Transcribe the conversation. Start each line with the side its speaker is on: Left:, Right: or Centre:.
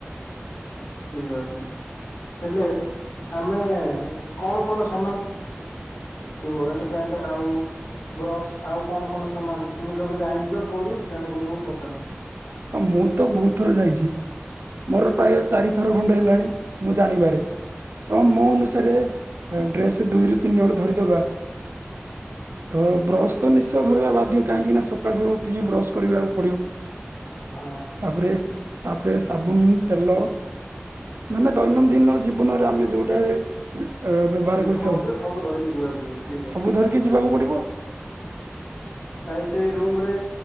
Left: ଠିକ୍ ଅଛି ହେଲେ ଆମେ କଣ କଣ ସମାନଡିବଣ୍ଟ ଆଉ ବ୍ରସ ଆଉ କଣ କଣ ସମାନ ମୁଁ କେବେ ଯାଇନି ତ ପୁରୀ ତେଣୁକରି ମୁଁ ପଚାରୁଛି?
Right: ହଁ ମୁଁ ତ ବହୁତ ଥର ଯାଇଛି ମୋର ପ୍ରାୟ ଚାରି ଥର ଖଣ୍ଡେ ହେଲାଣି ମୁଁ ଜାଣିବାରେ ତ ମୋ ଅନୁସାରେ ଡ୍ରେସ ଦୁଇରୁ ତିନି ହଳ ଧରିଦବା ତ
Left: ଠିକ୍
Right: ବ୍ରଶ
Left: ଅଛି।
Right: ତ ନିଶ୍ଚୟ ଧରିବା ବାଧ୍ୟ। ମଧ୍ୟ କାହିଁକି ନା ସକାଳୁ ସକାଳୁ ଉଠିକି ବ୍ରଶ କରିବାକୁ ପଡିବ।
Left: ହଁ
Right: ତାପରେ। ତାପରେ ସାବୁନ ତେଲ ମାନେ ଦୈନନ୍ଦିନ ଜୀବନରେ ଆମେ ଯୋଉଟା ବ୍ୟବହାର
Left: ୟୁଜ୍
Right: କରିଥାଉ
Left: କରୁଛ ସବୁ ଧରିକି ଯିବାକୁ ପଡିବ ଠିକ୍
Right: ସବୁ
Left: ଅଛି ଠିକ୍
Right: ଧରିକି
Left: ଅଛି
Right: ଯିବାକୁ ପଡ଼ିବ।
Left: ଭାଇ ସେଇ ରୁମ ରେ